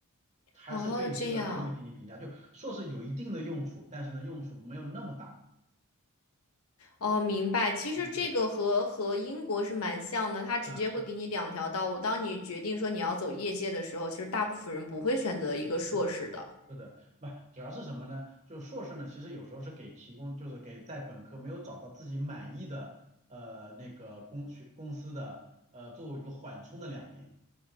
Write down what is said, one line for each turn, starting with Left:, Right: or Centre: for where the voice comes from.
Right: 还是对你这个人会进行评价。
Left: 哦，这样。
Right: 就硕士有一定的用处，但是呢用处没有那么大。
Left: 哦，明白。其实这个和和英国是蛮像的，
Right: 嗯嗯
Left: 它直接会给你两条道路。
Right: 嗯，是
Left: 当你决定说你要走业界的时候，其实大部分人不会选择一个硕士的。
Right: 是的。是的，不，主要是什么呢？就硕士呢，其实有时候是给提供，就是给在本科没有找到自己满意的呃那个公学公司的呃作为一个缓冲的两年，